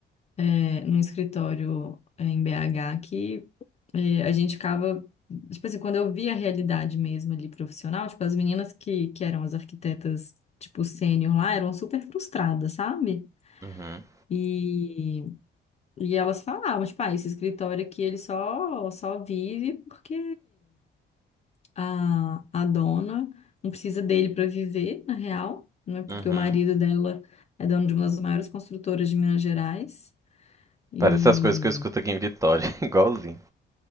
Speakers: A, on the left (about 35°); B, on the right (about 15°).
A: é, num escritório é, em BH que e a gente ficava, tipo assim, quando eu via a realidade mesmo ali profissional, tipo, as meninas que, que eram as arquitetas, tipo, sênior lá, eram super frustradas, sabe?
B: uhum,
A: E, e elas falavam, tipo, ah, esse escritório aqui, ele só, só vive porque a, a dona não precisa dele para viver, na real, né? Porque
B: uhum.
A: o marido dela é dono de uma das maiores construtoras de Minas Gerais. E,
B: Parece as coisas que eu escuto aqui em Vitória, <laughs> igualzinho.